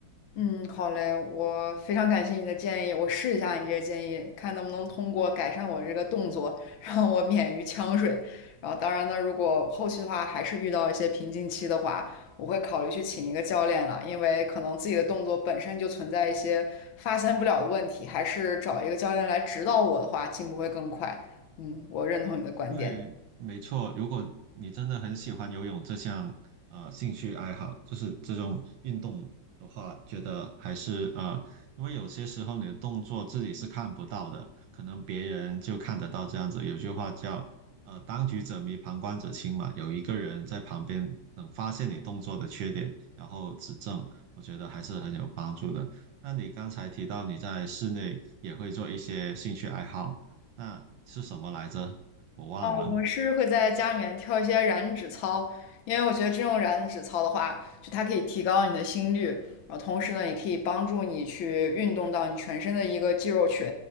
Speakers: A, on the left; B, on the right.
A: 嗯，好嘞，我非常感谢你的建议，我试一下你这些建议，看能不能通过改善我这个动作，<laughs> 让我免于呛水。然后，当然呢，如果后期的话还是遇到一些瓶颈期的话，我会考虑去请一个教练了，因为可能自己的动作本身就存在一些发现不了的问题，还是找一个教练来指导我的话，进步会更快。嗯，我认同你的观点。
B: 对，没错。如果你真的很喜欢游泳这项呃兴趣爱好，就是这种运动的话，觉得还是呃，因为有些时候你的动作自己是看不到的，可能别人就看得到这样子。有句话叫呃“当局者迷，旁观者清”嘛，有一个人在旁边能发现你动作的缺点，然后指正，我觉得还是很有帮助的。那你刚才提到你在室内也会做一些兴趣爱好，那是什么来着？我忘了。
A: 啊，我是会在家里面跳一些燃脂操，因为我觉得这种燃脂操的话，就它可以提高你的心率，然后同时呢，也可以帮助你去运动到你全身的一个肌肉群，